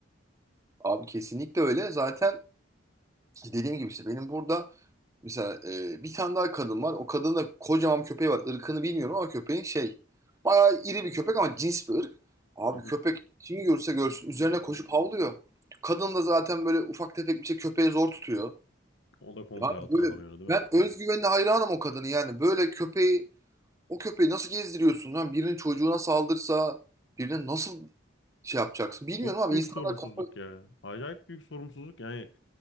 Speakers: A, on the right; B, on the left.
A: Abi kesinlikle öyle. Zaten dediğim gibi işte benim burada mesela e, bir tane daha kadın var. O kadının da kocaman bir köpeği var. Irkını bilmiyorum ama köpeğin şey. Bayağı iri bir köpek ama cins bir ırk. Abi
B: Hı hı.
A: köpek kimi görse görsün üzerine koşup havlıyor. Kadın da zaten böyle ufak tefek bir şey köpeği zor tutuyor.
B: O da kontrol
A: Yani
B: altına
A: böyle
B: alamıyor değil
A: ben
B: mi?
A: özgüvenine hayranım o kadını yani. Böyle köpeği O köpeği nasıl gezdiriyorsun lan? Birinin çocuğuna saldırsa, birine nasıl şey yapacaksın? Bilmiyorum
B: Çok
A: abi
B: büyük
A: insanlar
B: sorumsuzluk
A: kafa
B: ya. Acayip büyük sorumsuzluk. Yani